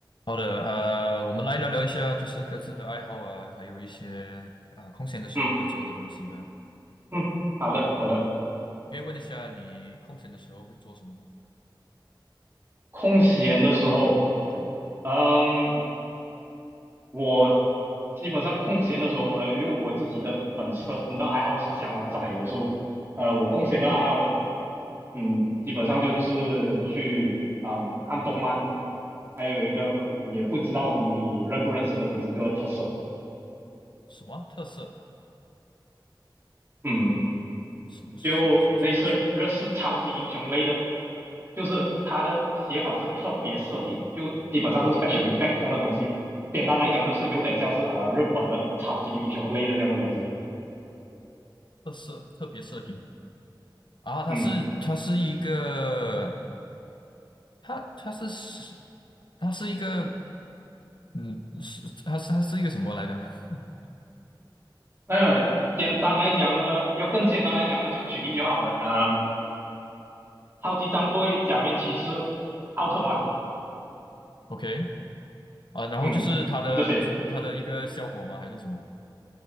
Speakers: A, on the left; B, on the right.
A: 好的，呃，我们来聊聊一下，就是各自的爱好啊，还有一些啊、空闲的时候会做的东西吧。
B: 嗯嗯，好的好的。
A: 你，我可以问一下，你空闲的时候会做什么吗？
B: 空闲的时候，
A: 对，
B: 嗯，我基本上空闲的时候，呃，因为我自己的本身的爱好是相当窄的，所以，呃，我空闲的爱好，嗯，基本上就是去，嗯，看动漫，还有一个我也不知道你认不认识的东西，就是特色，
A: 什么啊特色？
B: 嗯。
A: 什么什么什么是特色？
B: 就类似日式超级英雄类的，就是它的写法是特别摄影，就基本上是 special effect 这样的东西。简单来讲，就是有点像是呃日本的超级英雄类的这样的东西。
A: 特色特别摄影啊，它是它是一个，
B: 嗯，
A: 它它是是它是一个，嗯，是它是它是一个什么来着 <laughs>
B: 那么简单来讲呢，要更简单来讲呢，就举例就好了。嗯，超级战队、假面骑士、奥特曼，
A: ？OK 啊，然后就是它的它的一个效果吗？
B: 嗯，就这些。
A: 还是什么？